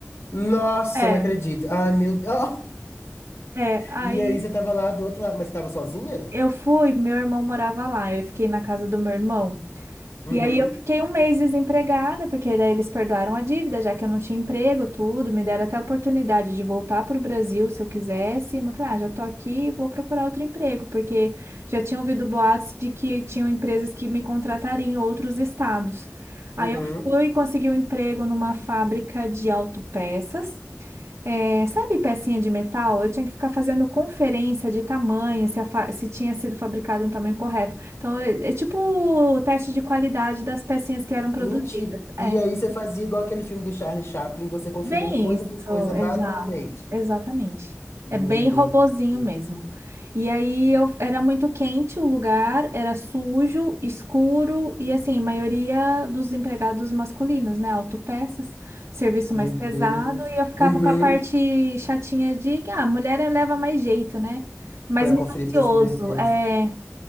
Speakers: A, on the left; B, on the right.
A: Nossa,
B: É,
A: não acredito. Ai, meu Deus. <laughs>
B: é. Aí
A: E aí, você tava lá do outro lado, mas você tava sozinha?
B: eu fui, meu irmão morava lá, eu fiquei na casa do meu irmão.
A: Uhum,
B: E aí eu fiquei um mês desempregada, porque daí eles perdoaram a dívida, já que eu não tinha emprego, tudo, me deram até a oportunidade de voltar para o Brasil se eu quisesse, mas eu falei, ah, já tô aqui, vou procurar outro emprego, porque já tinha ouvido boatos de que tinham empresas que me contratariam em outros estados. Aí
A: uhum.
B: eu fui e consegui um emprego numa fábrica de autopeças. É, sabe pecinha de metal? Eu tinha que ficar fazendo conferência de tamanho, se, a fa- se tinha sido fabricado no tamanho correto. Então, é, é tipo o teste de qualidade das pecinhas que eram produzidas.
A: Mentira. E
B: é.
A: aí, você fazia igual aquele filme do Charlie Chaplin, você conferindo
B: Bem
A: coisa
B: isso,
A: por coisa manualmente.
B: exato, exatamente.
A: Meu
B: É bem
A: Deus,
B: robozinho mesmo. E aí eu era muito quente o lugar, era sujo, escuro e assim, a maioria dos empregados masculinos, né, autopeças, serviço
A: meu
B: mais pesado,
A: Deus.
B: e eu ficava
A: Uhum.
B: com a parte chatinha de que ah, mulher leva mais jeito, né? Mais
A: Pra
B: minucioso,
A: conferir, fazer isso, meu Deus.
B: é.